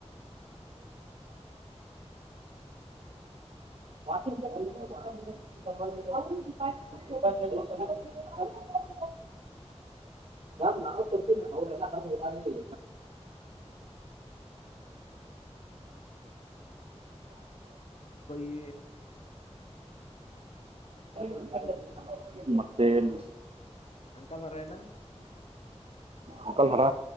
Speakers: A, on the right (about 60°); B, on the left (about 65°).
A: ವಿ
B: ಹ
A: ಮ್ಯಾಮ್ ನಾವವು ಕೊಡ್ತೀನಿ ಅವ್ರಲ್ಲ ಹ ಉದಾರಣೆ
B: ಈ
A: ಉಂ <inaudible> ಮತ್ತೆಏನ್
B: ಅಂಕಲರಾಯಲ್ಲ
A: ಅಂಕಲ್ ಹರ